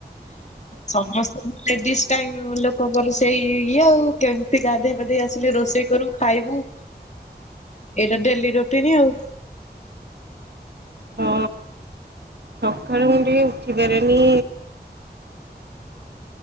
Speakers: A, on the left; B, on the right.
A: ସମସ୍ତେ। ଲେଡିସ ଟାଇମ ଲୋକଙ୍କର ସେଇ ଇଏ ଆଉ କେମିତି ଗାଧେଇ ପାଧେଇ ଆସିଲେ ରୋଷେଇ କରୁ ଖାଇବୁ। ଏଇଟା ଡେଲି ରୋଟିନ ଆଉ।
B: ହଁ ସଖାଳୁ ମୁଁ ଟିକେ ଉଠିପାରେନି।